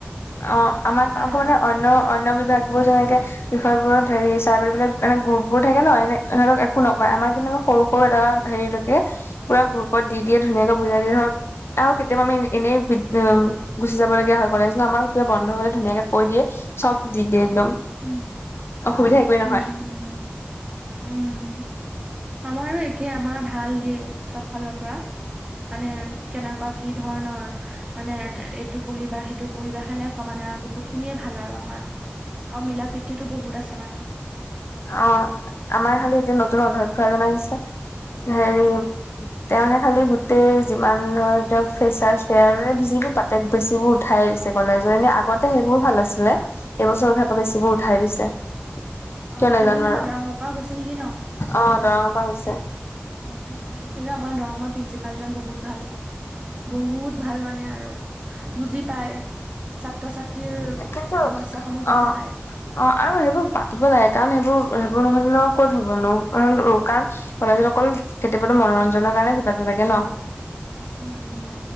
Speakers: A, on the left; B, on the right.
A: অ আমাক
B: ভাল
A: আকৌ
B: আৰু
A: মানে অন্য অন্য বিভাগ বোৰ যেনেকে, বিষয়বোৰত হেৰি চাৰ বাইদেউ বিলাক এনে গ্ৰুপবোৰ থাকে ন এনে সিহঁতক একো নকয় আমাৰ কিন্ত সৰু সৰু এটা, হেৰিলৈকে পুৰা গ্ৰুপত দি দিয়ে ধুনীয়াকে বুজাই দিয়ে ধৰ, আৰু কেতিয়াবা আমি এনে গুচি যাব লগীয়া হয় কলেজ, আমাৰ কিবা বন্ধ হলে ধুনীয়াকে কৈ দিয়ে চব দি দিয়ে একদম।
B: উম
A: অসুবিধা, একোৱেই নহয়।
B: উম উম উম উম উম, আমাৰো একে আমাৰো ভাল দেই চব ফালৰ পৰা। মানে কেনেকুৱা কি ধৰণৰ, মানে এইটো পঢ়িবা সেইটো পঢ়িবা সেনেকুৱা মানে আৰু বহুত খিনিয়ে ভাল আৰু আমাৰ। অ মিলা প্ৰিতিতো বহুত আছে মানে।
A: অ আমাৰ খালি এতিয়া নতুন অধ্যক্ষ এজন আহিছে হেৰি, তেওঁহে খালি, গোটৈই যিমান ধৰ তেওঁ ফেচাচ ফেয়াৰবোৰ পাতে বেছিবোৰ উঠাই দিছে কলেজৰ এনে আগত, সেইবোৰো ভাল আছিলে এইবছৰ ক্ষেত্ৰত বেছিবোৰ উঠাই দিছে।
B: অহ
A: কিয় নাজানো
B: সেইজন আমাৰ
A: আৰু
B: দৰঙৰ পৰা গৈছে নেকি ন,
A: অ দৰঙৰ পৰা গৈছে
B: উম উম উম কিন্তু আমাৰ দৰঙৰ প্ৰিন্ঞ্চিপালজন বহুত ভাল। বহুত ভাল মানে আৰু বুজি পাই। ছাত্ৰ ছাত্ৰীৰ
A: কিন্তু
B: সমস্যা সমূহ বুজি
A: অ
B: পায়
A: অ আৰু সেইবোৰ পাতিব লাগে কাৰণ সেইবোৰ সেইবোৰ নহ'লে ন ক'ত হ'বনো কাৰণ ক'লেজত অকল কেতিয়াবাতো মনোৰঞ্জনৰ কাৰণে কিবাটো থাকে ন
B: উম উম